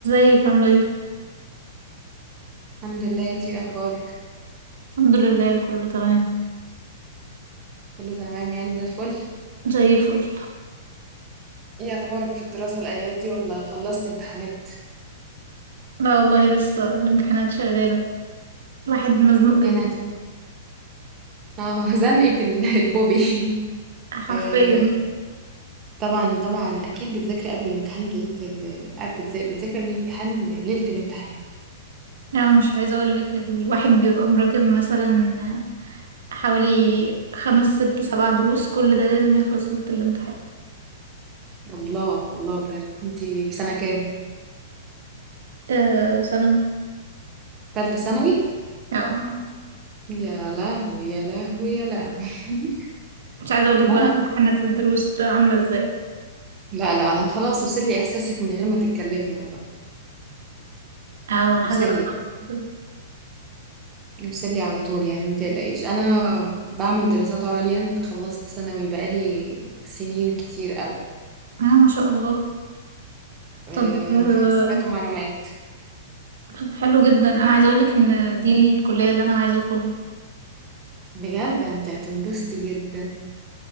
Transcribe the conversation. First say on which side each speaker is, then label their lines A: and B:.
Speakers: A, on the right; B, on the right.
A: ازيك عاملة ايه؟
B: الحمد لله انتي ايه اخبارك
A: الحمد لله كله تمام
B: كله تمام يعني زي الفل
A: زي الفل
B: ايه اخبارك في الدراسة الايام دي ولا خلصت امتحانات
A: لا والله لسه الامتحانات شغالة الواحد مزنوق جدا
B: يعني هت- اه <laughs> زنقة ال- البوبي <laughs>
A: حرفيا
B: آه طبعا طبعا اكيد بتذاكري قبل الامتحان بليلة ال... آه، بتذا- بتذاكري قبل الامتحان ليلة الامتحان
A: يعني مش عايزة اقولك الواحد بيبقى مراكم مثلا حوالي خمس ست سبع دروس كل ده لازم يخلص ليلة الامتحان
B: الله الله بجد انتي في سنة كام
A: آه ثانوي
B: تالتة ثانوي
A: اه
B: يا لهوي يا لهوي يا لهوي <laughs>
A: مش عايزة اقولك
B: عموما
A: بقى امتحانات الدروس ده عاملة ازاي
B: لا لا انا خلاص وصل لي احساسك من غير ما تتكلمي والله
A: او حاجة
B: وصل
A: صعبة
B: لي
A: جدا.
B: نفصل لي على طول يعني ما تقلقيش انا بعمل دراسات عليا انا تخلصت ثانوي بقالي سنين كتير قوي
A: اه ما شاء الله
B: أه
A: طب آه،
B: حسابات ومعلومات
A: طب حلو جدا انا عايزة اقولك ان دي الكلية اللي انا عايزة ادخلها
B: بجد انت هتنبسطي جدا